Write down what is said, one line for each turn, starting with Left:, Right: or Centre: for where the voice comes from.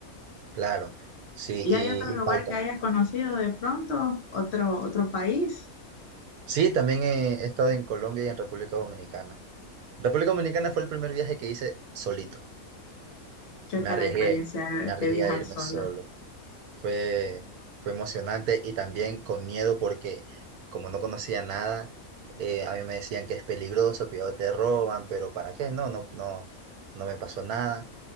Right: Claro, sí,
Left: ¿Y
Right: y,
Left: hay otro lugar
Right: y falta.
Left: que hayas conocido de pronto? ¿Otro, otro país?
Right: Sí, también he, he estado en Colombia y en República Dominicana. República Dominicana fue el primer viaje que hice solito.
Left: ¿Qué
Right: Me
Left: tal
Right: arriesgué,
Left: la experiencia de
Right: me arriesgué
Left: de viajar
Right: a irme
Left: solo?
Right: solo. Fue, fue emocionante y también con miedo porque como no conocía nada, eh, a mí me decían que es peligroso, cuidado te roban, pero ¿para qué? No, no, no, no me pasó nada.